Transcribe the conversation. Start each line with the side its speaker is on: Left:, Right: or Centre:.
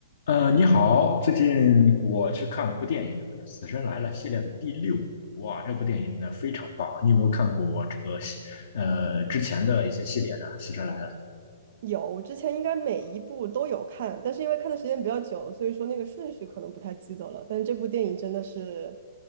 Left: 呃，你好，最近我去看了部电影，就是《死神来了》系列的第六部。哇，这部电影呢非常棒！你有没有看过这个系呃之前的一些系列呢？《死神来了》
Right: 有，我之前应该每一部都有看，但是因为看的时间比较久，所以说那个顺序可能不太记得了。但这部电影真的是，